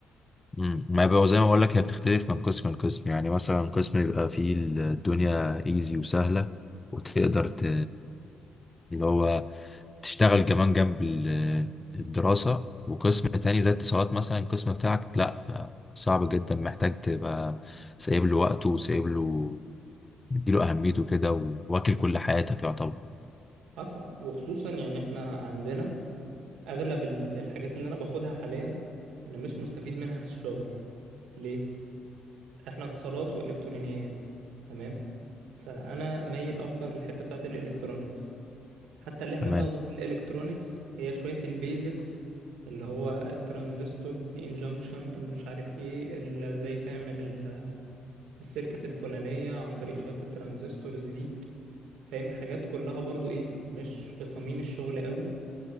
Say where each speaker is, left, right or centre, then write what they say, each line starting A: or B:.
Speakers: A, on the left; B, on the right.
A: امم ما بقى زي ما بقول لك هي بتختلف من قسم لقسم يعني مثلا قسم يبقى فيه الدنيا ايزي وسهله وتقدر ت... اللي هو تشتغل كمان جنب ال- الدراسه وقسم تاني زي اتصالات مثلا القسم بتاعك لا بقى صعب جدا محتاج تبقى سايب له وقته وسايب له مديله اهميته كده واكل كل حياتك يعتبر
B: حصل وخصوصا يعني احنا عندنا اغلب ال- الحاجات اللي انا باخدها حاليا انا مش مستفيد منها في الشغل ليه احنا اتصالات والكترونيات تمام فانا مايل اكتر للحته بتاعت الالكترونيكس حتى اللي احنا
A: تمام
B: بناخده في الالكترونيكس هي شويه البيزكس اللي هو الترانزستور البي ان جانكشن المش عارف ايه ال- ازاي تعمل ال- السيركت الفلانيه عن طريق شويه الترانزستورز دي فاهم حاجات كلها برضو ايه مش في صميم الشغل قوي